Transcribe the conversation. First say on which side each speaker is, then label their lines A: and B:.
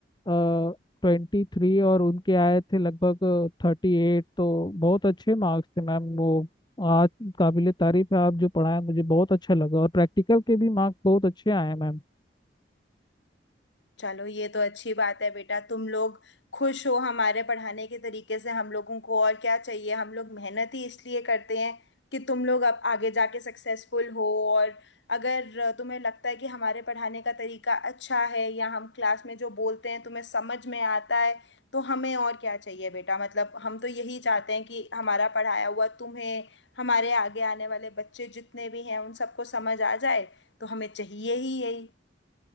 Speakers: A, on the left; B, on the left.
A: ट्वेंटी थ्री और उनके आए थे लगभग थर्टी एट तो बहुत अच्छे मार्क्स थे मैम वो आज काबिले तारीफ है आप जो पढ़ाए मुझे बहुत अच्छा लगा और प्रैक्टिकल के भी मार्क्स बहुत अच्छे आए मैम
B: चलो ये तो अच्छी बात है बेटा तुम लोग खुश हो हमारे पढ़ाने के तरीके से हम लोगों को और क्या चाहिए हम लोग मेहनत ही इसलिए करते हैं कि तुम लोग अब आगे जाके सक्सेसफुल हो और अगर तुम्हें लगता है कि हमारे पढ़ाने का तरीका अच्छा है या हम क्लास में जो बोलते हैं तुम्हें समझ में आता है तो हमें और क्या चाहिए बेटा मतलब हम तो यही चाहते हैं कि हमारा पढ़ाया हुआ तुम्हें हमारे आगे आने वाले बच्चे जितने भी हैं उन सबको समझ आ जाए तो हमें चाहिए ही यही